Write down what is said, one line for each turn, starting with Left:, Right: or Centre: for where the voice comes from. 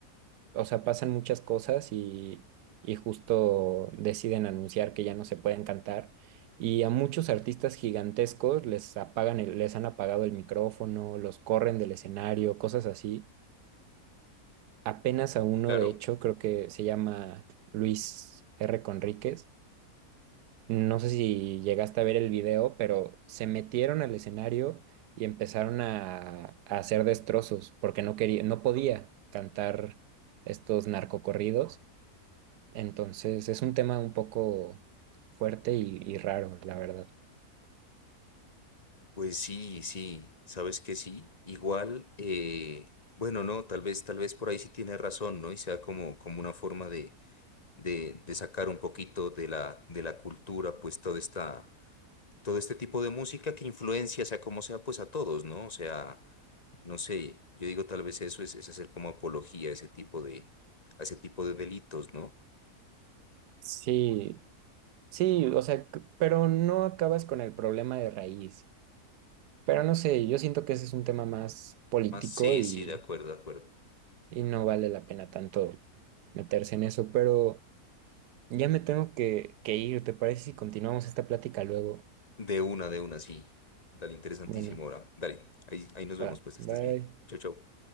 Right: o sea, pasan muchas cosas y, y justo deciden anunciar que ya no se pueden cantar. Y a muchos artistas gigantescos les apagan el- les han apagado el micrófono, los corren del escenario, cosas así. Apenas a uno,
Left: Claro,
Right: de hecho, creo que se llama Luis R. Conríquez. No sé si llegaste a ver el video, pero se metieron al escenario y empezaron a, a hacer destrozos porque no quería, no podía cantar estos narcocorridos entonces es un tema un poco fuerte y, y raro, la verdad.
Left: Pues sí, sí, sabes que sí. Igual, eh, bueno, no, tal vez, tal vez por ahí sí tiene razón, ¿no? Y sea como, como una forma de, de, de sacar un poquito de la, de la cultura, pues toda esta todo este tipo de música que influencia, sea como sea, pues a todos, ¿no? O sea, no sé, yo digo tal vez eso es, es hacer como apología a ese tipo de, a ese tipo de delitos, ¿no?
Right: Sí, sí, o sea, c- pero no acabas con el problema de raíz. Pero no sé, yo siento que ese es un tema más político
Left: Más, sí,
Right: y,
Left: sí, de acuerdo, de acuerdo.
Right: y no vale la pena tanto meterse en eso. Pero ya me tengo que, que ir, ¿te parece si continuamos esta plática luego?
Left: De una, de una, sí. Dale, interesantísimo
Right: Bueno,
Left: ahora. Dale, ahí, ahí nos vemos,
Right: va,
Left: pues que
Right: bye.
Left: estés bien. Chau, chau.